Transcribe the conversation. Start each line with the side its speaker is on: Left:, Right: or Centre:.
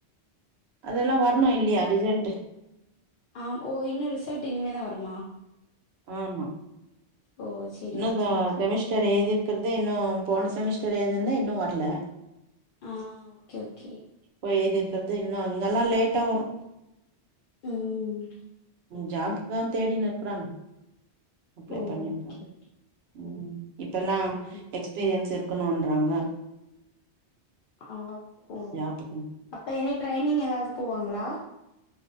Right: அதெல்லா வர்ணு இல்லையா ரிஜல்ட்டு
Left: ஆமா ஓ இன்னு ரிசல்ட்டு இனிமே தா வருமா
Right: ஆமா
Left: ஓ சேரி
Right: இன்னு
Left: ஓகே
Right: தா
Left: ஓகே
Right: செமெஸ் ஸ்டரு எழுதிக் இருக்கற்து இன்னும் போன செமஸ்டரு எழுதுனதே இன்னு வர்ல
Left: ஆ ஓகே ஓகே
Right: போய் எழுதியிருக்கற்து இன்னு இங்கல்லா லேட்டா வரு
Left: ம்
Right: ஜாப்புக்கு தா தேடினு இருக்குறாங் அப்ளை
Left: ஓ
Right: பண்ணிருக்கோ
Left: ஓகே
Right: ம் இப்பலா
Left: ஓகே
Right: எக்ஸ்பீரியன்ஸ் இருக்கணுன்றாங்க
Left: அவுங்க ஓ
Right: ஜாப்புக்கு
Left: அப்ப எனி ட்ரைனிங் எதாவது போவாங்களா